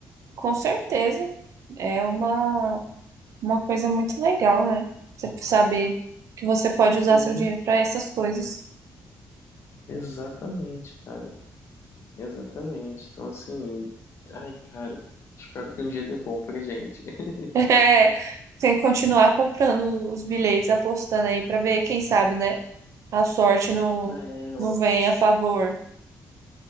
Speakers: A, on the right (about 70°); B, on the left (about 55°).
A: com certeza. É uma Uma coisa muito legal, né? Você saber que você pode usar
B: Sim,
A: seu dinheiro para essas coisas.
B: exatamente, cara. Exatamente. Então, assim, ai, cara, espero que um dia dê bom pra gente. <laughs>
A: <laughs> É, tem que continuar comprando os bilhetes, apostando aí para ver, quem sabe, né? A sorte não,
B: É,
A: não vem a favor.